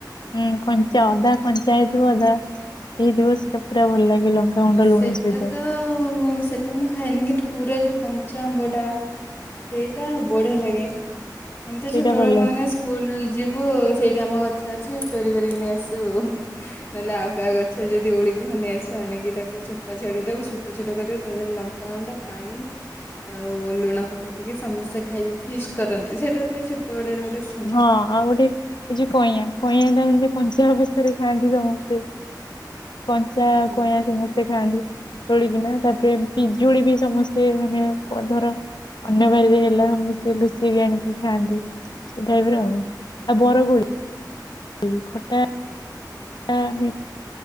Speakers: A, on the left (about 75°); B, on the left (about 35°).
A: ହୁଁ କଞ୍ଚା ଅଧା କଞ୍ଚା ହେଇଥିବ ଅଧା ହେଇଥିବ ସେଟା ପୁରା ଭଲ ଲାଗିବ। ଲଙ୍କା ଗୁଣ୍ଡ
B: ସେଟା
A: ଲୁଣ ସହିତ।
B: ତ ସେଟା ମୁଁ ଖାଏନି କିନ୍ତୁ ପୁରା ଯୋଉ କଞ୍ଚା ଆମ୍ବଟା ସେଇଟା ବଢିଆ ଲାଗେ ଆମେ ତ
A: ସେଇଟା
B: ଛୋଟ ବେଳ
A: ଭଲ
B: କଣ
A: ଲାଗେ।
B: ସ୍କୁଲ ଯିବୁ ସେଇଠି ଆମ ଗଛ ଅଛି, ଚୋରି କରିକି ନେଇ ଆସିବୁ ନହେଲେ ଆଉ କାହା ଗ ଛ ଯଦି ଓହଳିଥିବ ନେଆସି ଆଣିକି ତାକୁ ଚୋପା ଛାଡେଇ ଦବୁ ଛୋଟ ଛୋଟ କରି ଦବୁ ତା ଦେହରେ ଲଙ୍କାଗୁଣ୍ଡ ପାଣି ଆଉ ଲୁଣ ପକେଇ ଦେଇକି ସମସ୍ତେ ଖାଇବୁ ଫିଷ୍ଟ କରନ୍ତି ସେଇଟା ତ ଏଇ ଛୋଟ ବେଳର ଗୋଟେ ସୁ
A: ହଁ ଆଉ ଗୋଟେ ହେଉଛି କଇଁଆଁ କଇଁଆଁଟା ଯେମିତି କଞ୍ଚା ଅବସ୍ଥାରେ ଖାଆନ୍ତି ସମସ୍ତେ। କଞ୍ଚା
B: ହଁ
A: କଇଁଆଁ ସମସ୍ତେ ଖାଆନ୍ତି ତୋଳିକିନା ତାପରେ ପିଜୁଳି ବି ସମସ୍ତେ ସେ ମାନେ କ ଧର ଅନ୍ୟ ବାଡିରେ ହେଲା ସମସ୍ତେ ମିଶିକି ଆଣିକି ଖାଆନ୍ତି। ସେଇଟାଇପିର ଆଉ ଆଉ ବରକୋଳି ଉଁ ଖଟା ଖଟା ଆମେ